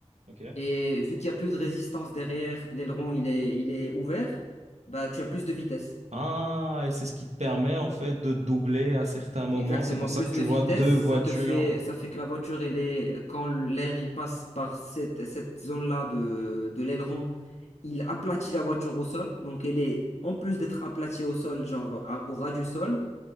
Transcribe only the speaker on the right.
Ok.
Ah, et c'est ce qui te permet en fait de doubler à certains moments.
C'est pour ça
que tu
vois
deux voitures.